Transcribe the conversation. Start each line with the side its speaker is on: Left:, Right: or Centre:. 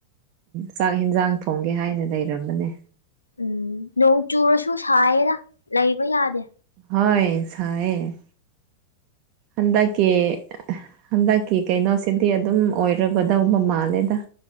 Right: ꯆꯥꯛ ꯌꯦꯟꯖꯥꯡ ꯊꯣꯡꯒꯦ ꯍꯥꯏꯅ ꯂꯩꯔꯝꯕꯅꯦ
Left: ꯎꯝ ꯅꯣꯡ ꯆꯨꯔꯁꯨ ꯁꯥꯏꯌꯦꯗ ꯂꯩꯕ ꯌꯥꯗꯦ
Right: ꯍꯣꯢ ꯁꯥꯏꯌꯦ ꯍꯟꯗꯛꯀꯤ ꯍꯟꯗꯛꯀꯤ ꯀꯩꯅꯣꯁꯤꯗꯤ ꯑꯗꯨꯝ ꯑꯣꯏꯔꯒꯗꯧꯕ ꯃꯥꯜꯂꯦꯗ